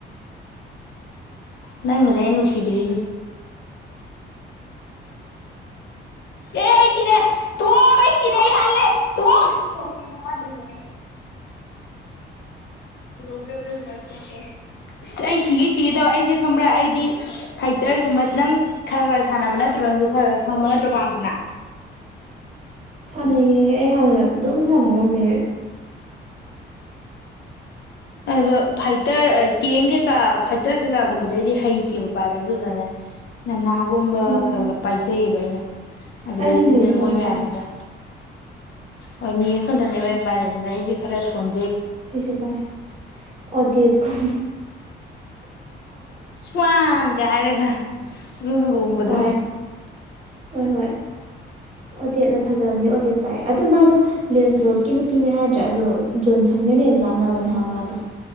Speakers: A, on the left; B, on the right.
A: ꯅ ꯃꯏ ꯅꯨꯅꯨꯡꯁꯤꯕꯤꯔꯤ ꯑꯦ ꯑꯩ ꯁꯤꯔꯦ ꯇꯣꯝ ꯑꯩ ꯁꯤꯔꯦ ꯑꯩ ꯍꯥꯠꯂꯦ ꯇꯣꯝ <inaudible> ꯃꯕꯦ ꯃ ꯌꯥꯆ ꯍ ꯑꯩ ꯁꯤꯒꯤ ꯁꯤꯒꯦ ꯇꯧ ꯑꯩꯁꯦ ꯈꯪꯕ꯭ꯔꯥ ꯑꯩꯗꯤ ꯐꯥꯏꯇꯔꯒꯨꯝꯕ ꯅꯪ ꯈꯔ ꯈꯔ ꯁꯥꯟꯅꯕ ꯅꯠꯇ꯭ꯔꯣ ꯈꯔ ꯈꯪꯕ ꯅꯠꯇ꯭ꯔ ꯄꯥꯝꯁꯤꯅ
B: ꯁꯥꯟꯅꯩꯌꯦ ꯑꯩ ꯍꯥꯟꯅ ꯑꯗꯨꯝ ꯁꯥꯟꯅꯔꯝꯃꯦ
A: ꯑꯗꯣ ꯐꯥꯏꯇꯔ ꯇꯦꯡ ꯀꯩꯀꯥ ꯐꯥꯏꯇꯔ ꯀꯩꯀꯥꯒꯨꯝꯕꯗꯩꯗꯤ ꯍꯩꯇꯦꯕ ꯄꯥꯏꯕ ꯑꯗꯨꯅꯅꯦ ꯅꯅꯥ ꯨꯝꯕ
B: ꯎꯝ
A: ꯈꯔ ꯈꯔ ꯄꯥꯏꯖꯩꯌꯦꯕ ꯑꯩꯅ ꯑꯗꯨꯗꯩꯁꯤꯗ
B: ꯑꯩꯁꯨ ꯃꯦꯠꯁ
A: ꯃꯣꯏ
B: ꯌꯥꯝ
A: ꯃꯌꯥꯝꯁꯤꯅ
B: ꯄꯥꯏ
A: ꯑꯣ ꯃꯤꯁꯀꯣꯟ ꯇꯕ ꯌꯥ ꯍꯥꯏꯁꯤꯦ ꯈꯔꯁꯨ ꯀꯣꯟ
B: ꯍꯥꯏꯖꯕꯥꯥꯏ ꯑꯗꯤꯠ ꯀ
A: ꯁ꯭ꯋꯥꯟꯁꯦ ꯍꯥꯏꯔꯒ ꯔꯨꯨꯔꯨꯒꯣꯡꯕꯗꯣ
B: ꯍꯣꯏ ꯍꯣꯏ ꯍꯣꯏ ꯑꯣꯗꯦꯠꯅ ꯐꯖꯕꯅꯤ ꯑꯣꯗꯦꯠ ꯄꯥꯏꯑꯦ ꯑꯗꯨꯗ ꯃꯥꯗꯣ ꯂꯦꯟꯁ꯭ꯂꯣꯠꯀꯤ ꯅꯨꯄꯤꯅꯦ ꯍꯥꯏꯗ꯭ꯔꯥ ꯑꯗꯣ ꯖꯣꯟꯁꯟꯒꯅ ꯍꯦꯟꯅ ꯆꯥꯟꯅꯕꯅꯦ ꯍꯥꯏꯕ ꯃꯥꯗꯣ